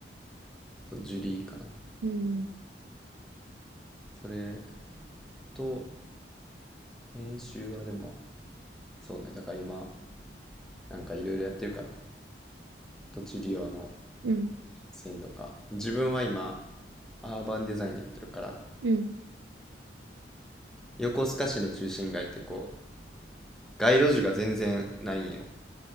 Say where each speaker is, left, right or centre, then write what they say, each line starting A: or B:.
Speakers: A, in the centre; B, on the right.
A: そう、ジュリーかな。
B: うん。
A: それと、演習はでも、そうね、だから今、なんかいろいろやってるかな。土地利用の
B: うん。
A: 線とか。自分は今、アーバンデザインやってるから、
B: うん。
A: 横須賀市の中心街ってこう、街路樹が全然ないんよ。